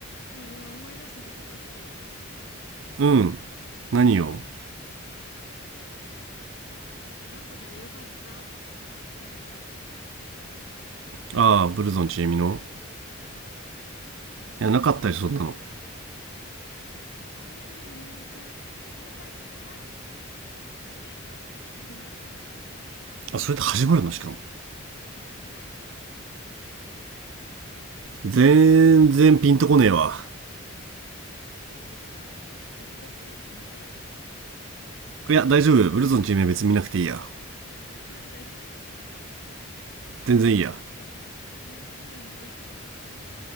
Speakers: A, on the left; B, on the right.
A: そのね、思い出したことがあって、
B: うん何よ
A: あのなんとかでよかったのセリフ。
B: ああブルゾンちえみの
A: そう。
B: いやなかったりそんなの
A: 女に生まれてよかったって始まる。
B: あそれで始まるのしかも
A: そうだよ。
B: 全然ピンとこねえわ
A: ちょっと、TikTok 見て。
B: いや大丈夫ブルゾンちえみは別に見なくていいや
A: なんで、
B: 全然いいや
A: そう WithB 目指してるんでしょ